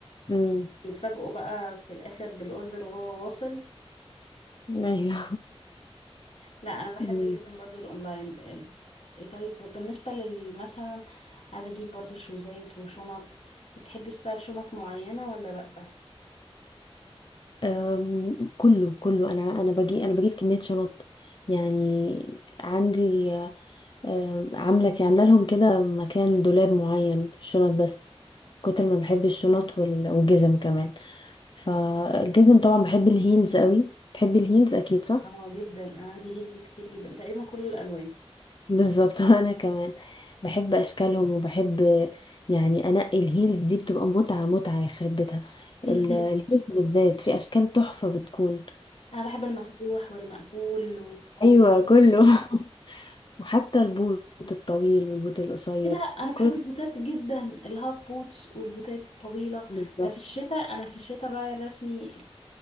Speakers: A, on the left; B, on the left.
A: امم
B: يتفاجئوا بقى في الآخر بالأوردر وهو واصل
A: ايوه
B: لا انا بحب
A: <laughs>
B: جدا برضو الاونلاين إيه طيب بالنسبة لل- مثلا عايزة اجيب برضو شوزات وشنط انتي بتحبي تستايل شنط معينة ولا لا
A: أم، كله كله انا انا باجي انا بجيب كميه شنط يعني عندي أم، عامله ك- عامله لهم كده مكان دولاب معين الشنط بس كتر ما بحب الشنط وال- والجزم كمان فالجزم طبعا بحب الهيلز قوي تحبي الهيلز اكيد صح
B: اه جدا انا عندي هيلز كتير جدا تقريبا كل الالوان
A: بالظبط <laughs> انا كمان بحب اشكالهم وبحب يعني انقي الهيلز دي بتبقى متعه متعه يخرب بيتها
B: <laughs>
A: ال- الهيلز بالذات في اشكال تحفه بتكون
B: انا بحب المفتوح والمقفول وكله
A: ايوه كله <laughs> وحتى البوت الطويل والبوت القصير
B: ايه ده انا بحب
A: كله
B: البوتات جدا الهاف بوتس والبوتات الطويلة
A: بالظبط
B: ده في الشتاء انا في الشتاء الراعي الرسمي